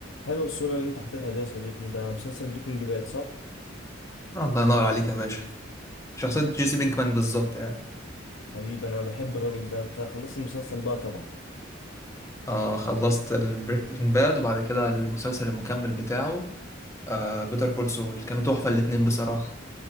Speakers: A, on the left; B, on the left.
A: حلوة الصورة اللي انت حاططها دي يا صديقي ده مسلسل بريكنج باد صح؟
B: الله ينور عليك يا باشا شخصية جيسي بينكمان بالظبط يعني
A: حبيبي انا بحب الراجل ده انت خلصت المسلسل بقى طبعا
B: آه خلصت البريكنج باد وبعد كده المسلسل المكمل بتاعه آه بيتر كول سول كانوا تحفة الاتنين بصراحة